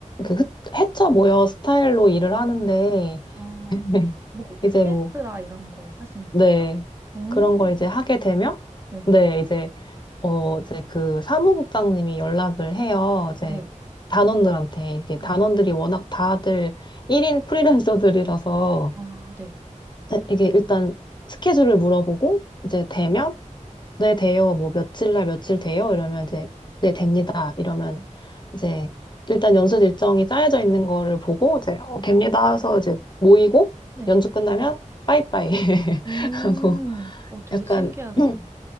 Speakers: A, on the left; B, on the right.
A: 그 헤쳐 모여 스타일로 일을 하는데,
B: 어,
A: <laughs>
B: 뭐 오케스트라
A: 이제 뭐,
B: 이런 거 하시는 거예요?
A: 네.
B: 음,
A: 그런 걸 이제 하게 되면,
B: 네,
A: 네, 이제, 어, 이제 그 사무국장님이 연락을 해요. 이제
B: 네,
A: 단원들한테. 이게
B: 네,
A: 단원들이 워낙 다들 1인 프리랜서들이라서,
B: 아, 네,
A: 네, 이게 일단 스케줄을 물어보고 이제 되면 네 돼요 뭐 며칠 날 며칠 돼요 이러면 이제 네 됩니다 이러면 이제 일단 연습 일정이 짜여져 있는 거를 보고 이제 어, 됩니다 해서 이제 모이고
B: 네.
A: 연주 끝나면 빠이빠이 <laughs>
B: 음,
A: 하고
B: 어, 되게
A: 약간
B: 신기하네요.
A: <clears throat>